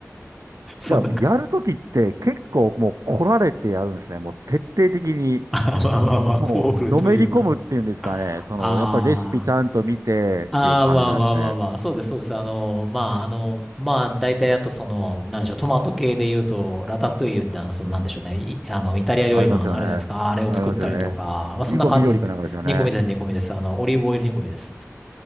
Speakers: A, in the centre; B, on the right.
A: <laughs> そんなか、
B: じゃあ、やるときって結構もう来られてやるんですね。もう徹底的に、
A: <laughs> まあまあまあまあ、
B: もうのめり込むっていうんですかね。
A: コールというか。
B: その、
A: ああ。
B: やっぱりレシピちゃんと見てっていう感じなんですね。
A: ああ、まあまあまあまあ、そうです、そうです。あの、まあ、あの、まあ、大体あとその、なんでしょう、トマト系で言うと、ラタトゥイユってあの、その、なんでしょうね、いあの、イタリア料理のあのあるじゃないですか、
B: ありますよね。
A: あれを作ったりとか、
B: ありますよね。
A: まあ、そんな感じです。
B: 煮込み料理かなんかですよね。
A: 煮込みです、煮込みです。あの、オリーブオイル煮込みです。